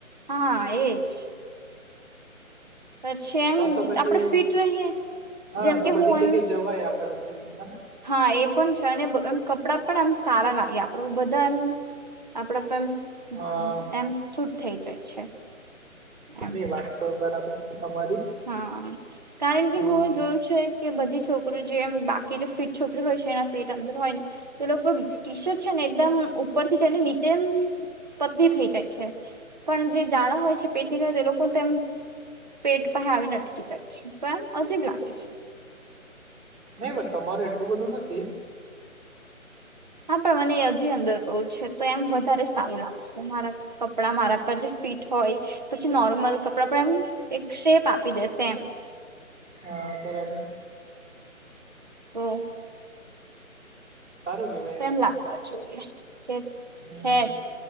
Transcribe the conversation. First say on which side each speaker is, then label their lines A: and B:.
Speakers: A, on the right; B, on the right.
A: હા એજ પછી એમ
B: તો તો પછી
A: આપડે ફિટ રહીએ.
B: હા,
A: જેમ
B: તો
A: કે
B: બધી
A: હું
B: જગ્યાએ
A: એમ
B: જવાય આપણાથી હને?
A: હા એ પણ છે અને કપડાં પણ આમ સારા લાગે આપડ બધા એ આપડા. એ
B: હા,
A: એમ શૂટ થઈ જાય છે એમ
B: ની વાત તો બરાબર છે તમારી.
A: હા કારણ કે
B: હા,
A: હું જોયું છે. કે બધી છોકરી જેમ બાકી જે ફીટ છોકરી હોય છે એના પેટ અંદર હોય ને તો એ લોકો ટિશરટ છે ને. એકદમ ઉપર થી જઈને નીચે પતલી થઈ જાય છે પણ જે જાડા હોય છે. ની લોકોને પેટ પસે આવી અટકી જાય છે તો એમ અજીબ લાગે છે.
B: નહી. પણ તમારું એટલું બધુ નથી.
A: હા પણ મને હજી અંદર કવું છે, તો એમ વધારે સારું લાગશે મારા કપડા મારા પર જે ફીટ હોય હોય, પછી નોર્મલ કપડાં પણ એમ એક શેપ આપી દેશે એમ
B: હા, બરાબર છે.
A: ઓ
B: સારું કહેવાય
A: એમ
B: તો.
A: લાગવા જોઈએ કે
B: હમ્મ,
A: છે, હેડ